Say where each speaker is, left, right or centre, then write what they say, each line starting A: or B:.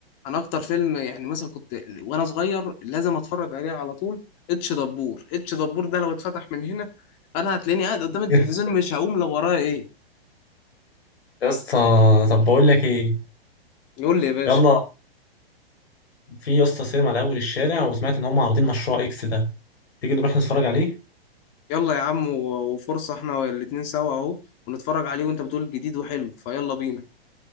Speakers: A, on the left; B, on the left.
A: انا اكتر فيلم يعني مثلا كنت وانا صغير لازم اتفرج عليه على طول اتش دبور اتش دبور ده لو اتفتح من هنا انا هتلاقيني قاعد قدام التلفزيون
B: <laughs>
A: مش هقوم لو ورايا ايه
B: يا اسطى طب بقول لك ايه
A: قول لي يا باشا
B: يلا في يا اسطى سينما على اول الشارع وسمعت ان هم عارضين مشروع اكس ده تيجي نروح نتفرج عليه
A: يلا يا عم و- وفرصة احنا الاتنين سوا اهو ونتفرج عليه وانت بتقول جديد وحلو فيلا بينا